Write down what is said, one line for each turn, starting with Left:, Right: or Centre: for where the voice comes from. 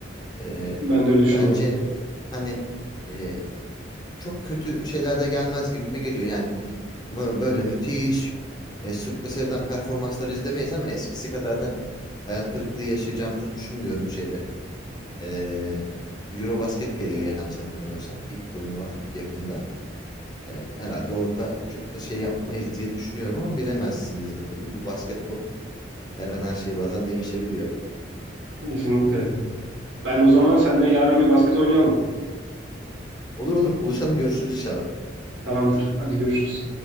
Left: Ee,
Right: Ben de öyle düşünüyorum.
Left: bence hani e, çok kötü şeyler de gelmez gibime geliyor. Yani hani böyle, böyle müthiş e, sürklese eden performansları izlemeyiz ama eskisi kadar da hayal kırıklığı yaşayacağımızı düşünmüyorum şeyde. Ee, Eurobasket geliyor yanlış hatırlamıyorsam ilk turnuva yakında. Ee, herhalde orada çok da şey yapmayız diye düşünüyorum ama bilemezsiniz de tabii bu basketbol her an her şey bazen değişebiliyor.
Right: Kesinlikle. Ben o zaman seninle yarın bir basket oynayalım.
Left: Olur olur buluşalım görüşürüz inşallah.
Right: Tamamdır. Hadi görüşürüz.